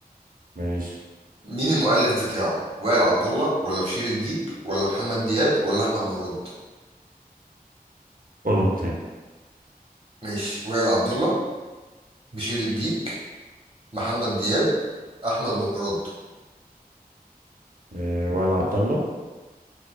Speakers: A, on the right (about 60°); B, on the right (about 35°).
A: ماشي
B: مين المؤلف بتاعه وائل عبد الله ولا بشير الديك ولا محمد دياب ولا أحمد مراد
A: قولهم تاني
B: ماشي وائل عبد الله بشير الديك محمد دياب احمد مراد
A: آه وائل عبد الله